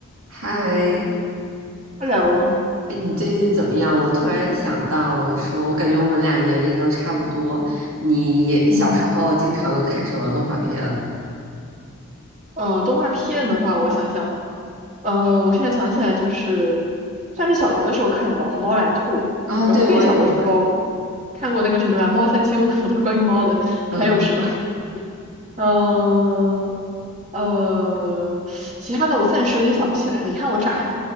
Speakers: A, on the right; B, on the right.
A: 嗨，
B: Hello，
A: 哎，你最近怎么样？我突然想到说，我感觉我们俩年龄都差不多。你也小时候经常都看什么动画片啊？
B: 嗯呃，动画片的话，我想想，呃，我现在想起来就是算是小学的时候看的吧，《虹猫蓝兔》，
A: 啊，
B: 然后更小的时候
A: 对，我也有。
B: 看过那个什么《蓝猫三千问》，都是关于猫的，还有什么，
A: 嗯，
B: 呃呃，其他的我暂时有点想不起来。你看过啥呀？